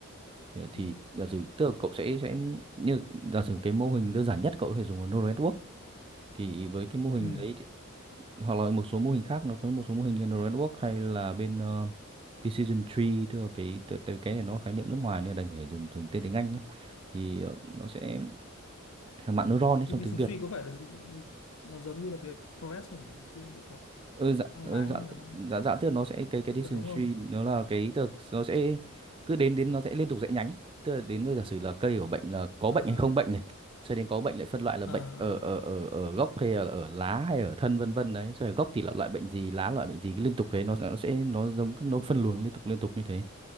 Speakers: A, on the right; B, on the left.
A: Ờ, thì
B: Ừ.
A: giả sử tức là cậu sẽ sẽ như giả sử cái mô hình đơn giản nhất cậu có thể dùng là neural network thì với cái mô hình
B: Ừ.
A: đấy thì- hoặc là một số mô hình khác nó có một số mô hình như neural network hay là bên ờ, decision tree tức là cái tức, tức cái này nó khái niệm nước ngoài nên là đành phải dùng từ- tên tiếng Anh nhé thì ờ, nó sẽ mạng neuron ấy
B: Đi,
A: trong
B: đi
A: tiếng
B: Suy
A: Việt
B: có phải là nó giống như là cái Forest không nhỉ? Chưa được học
A: ừ, dạ,
B: mang
A: ừ,
B: máng
A: dạ,
B: nhưng mà không
A: dạ, dạ tức là nó sẽ cái cái decision
B: tức là đúng không?
A: tree nó là cái tức là nó sẽ cứ đến đến nó sẽ liên tục rẽ nhánh tức là đến đây giả sử là cây của bệnh là có
B: À,
A: bệnh hay không bệnh này sau đến có bệnh lại phân loại là
B: à,
A: bệnh
B: à.
A: ở ở ở ở gốc hay là ở lá hay ở thân vân vân đấy sau ở gốc thì là loại bệnh gì lá loại bệnh gì cứ liên tục thế nó nó sẽ nó giống nó phân luồng liên tục liên tục như thế